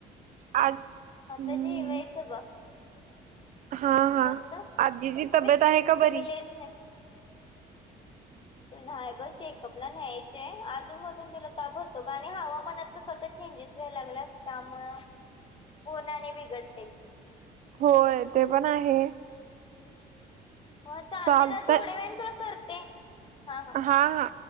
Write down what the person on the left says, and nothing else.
आता
जेवायचं बघ
तुमच तुम्ही
तुम्ही
ललेच नाही नाही ब चेकअपला न्यायचेय आधूनमधून तिला भरतो आणि हवामानात तर स्वतः चेंजेस व्हायला लागल्यात त्यामु पोट आणि बिघडते
हो चालते
तर थोड्या वेळण तुला करते हा हा